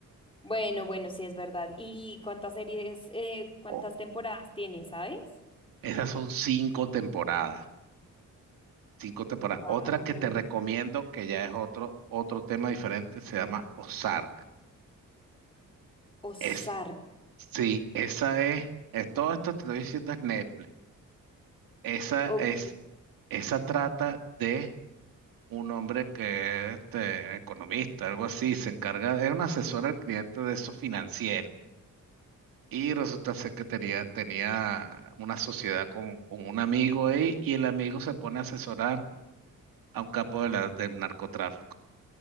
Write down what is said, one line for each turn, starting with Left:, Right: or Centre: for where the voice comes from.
Left: Bueno, bueno, sí es verdad. ¿Y cuántas series, eh, cuántas
Right: O-
Left: temporadas tiene, sabes?
Right: esas son cinco temporadas. Cinco temporadas.
Left: Wow.
Right: Otra que te recomiendo, que ya es otro, otro tema diferente, se llama Ozark.
Left: Ozark.
Right: Es, sí, esa es, es- todo esto te estoy diciendo es Netflix. Esa
Left: Ok.
Right: es, esa trata de un hombre que es este, economista, algo así, se encarga, es un asesor al cliente de eso financiero. Y resulta ser que tenía, tenía una sociedad con, con un amigo ahí y el amigo se pone a asesorar a un capo de la- del narcotráfico.